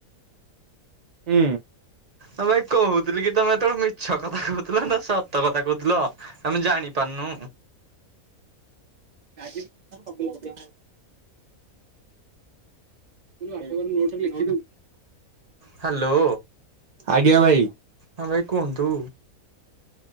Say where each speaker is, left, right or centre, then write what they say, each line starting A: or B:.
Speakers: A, on the right; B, on the right.
A: ହୁଁ।
B: ହଁ ଭାଇ କହୁଥିଲି କି ତମେ ହେତେବେଳେ ମିଛ କଥା କହୁଥିଲ ନା ସତ ସତ କଥା କହୁଥିଲ ଆମେ ଜାଣି ପାରୁନୁ।
A: ଆଜି <unintelligible> ଅଟ ନଟ ଲେଖୁ
B: ହ୍ୟାଲୋ
A: ଆଜ୍ଞା ଭାଇ।
B: ହଁ ଭାଇ କୁହନ୍ତୁ?